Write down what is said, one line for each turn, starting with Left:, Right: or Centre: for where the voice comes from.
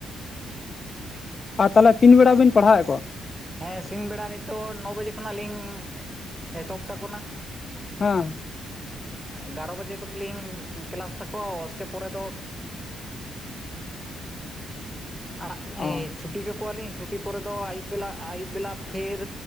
Left: ᱟᱨ ᱛᱟᱦᱞᱮ ᱛᱤᱱ ᱵᱮᱲᱟ ᱵᱤᱱ ᱯᱟᱲᱦᱟᱣᱮᱫ ᱠᱚᱣᱟ
Centre: ᱦᱮᱸ ᱥᱤᱧ ᱵᱮᱲᱟ ᱱᱤᱛᱚᱜ ᱱᱚ ᱵᱟᱡᱮ ᱠᱷᱚᱱᱟᱜ ᱞᱤᱧ ᱮᱛᱚᱦᱚᱵ ᱛᱟᱠᱚᱱᱟ
Left: ᱦᱮᱸ
Centre: ᱮ ᱜᱟᱨᱚ ᱵᱟᱡᱮ ᱫᱚᱠᱚᱞᱤᱧ ᱠᱮᱞᱟᱥ ᱛᱟᱠᱚᱣᱟ ᱚᱥᱠᱮ ᱯᱚᱨᱮ ᱫᱚ ᱟᱲᱟᱜ
Left: ᱚ
Centre: ᱪᱷᱩᱴᱤ ᱠᱟᱠᱚᱣᱟᱞᱤᱧ ᱪᱷᱩᱴᱤ ᱯᱚᱨᱮ ᱫᱚ ᱟᱭᱩᱵ ᱵᱮᱞᱟ ᱟᱭᱩᱵ ᱵᱮᱞᱟ ᱯᱷᱮᱨ